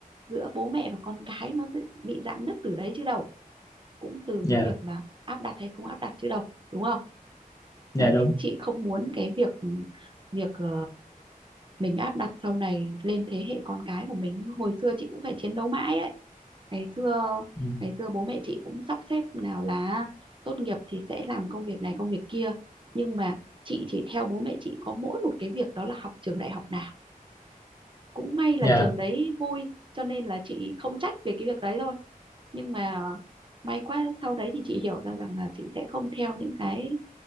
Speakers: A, on the right; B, on the left.
A: giữa bố mẹ và con cái nó sẽ bị rạn nứt từ đấy chứ đâu cũng từ
B: dạ
A: cái việc là áp đặt hay không áp đặt chứ đâu đúng không
B: dạ
A: đó nên
B: đúng
A: chị không muốn cái việc việc ờ, mình áp đặt sau này lên thế hệ con cái của mình hồi xưa chị cũng phải chiến đấu mãi đấy ngày xưa
B: Ừ,
A: ngày xưa bố mẹ chị cũng sắp xếp nào là tốt nghiệp thì sẽ làm công việc này công việc kia nhưng mà chị chỉ theo bố mẹ chị có mỗi một cái việc đó là học trường đại học nào cũng may là
B: dạ
A: trường đấy vui cho nên là chị không trách về cái việc đấy thôi nhưng mà may quá sau đấy thì chị hiểu ra rằng là chị sẽ không theo những cái